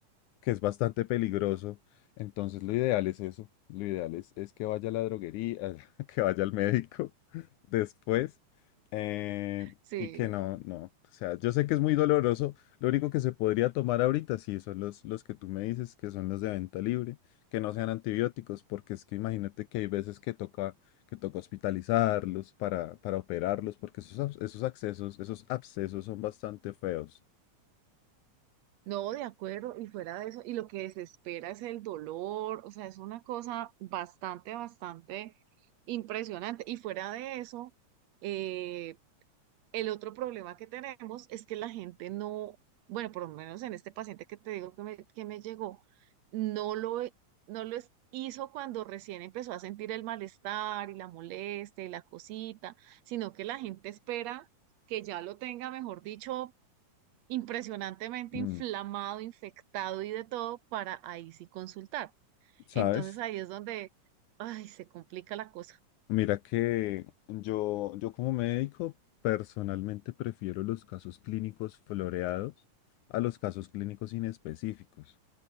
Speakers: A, on the left (about 75°); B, on the right (about 75°).
A: que es bastante peligroso. Entonces lo ideal es eso. Lo ideal es, es que vaya a la droguería, <laughs> que vaya al médico <laughs> después eh,
B: Sí,
A: y que no, no. O sea, yo sé que es muy doloroso. Lo único que se podría tomar ahorita, sí, son los, los que tú me dices, que son los de venta libre, que no sean antibióticos, porque es que imagínate que hay veces que toca, que toca hospitalizarlos para, para operarlos, porque esos, abs- esos accesos, esos abscesos son bastante feos.
B: no, de acuerdo, y fuera de eso, y lo que desespera es el dolor, o sea, es una cosa bastante, bastante impresionante. Y fuera de eso, eh, El otro problema que tenemos es que la gente no, bueno, por lo menos en este paciente que te digo que me, que me llegó, no lo, e, no lo es- hizo cuando recién empezó a sentir el malestar y la molestia y la cosita, sino que la gente espera que ya lo tenga, mejor dicho, impresionantemente
A: Mm,
B: inflamado, infectado y de todo para ahí sí consultar.
A: ¿Sabes?
B: Entonces ahí es donde, ay, se complica la cosa.
A: Mira que yo, yo como médico personalmente prefiero los casos clínicos floreados a los casos clínicos inespecíficos.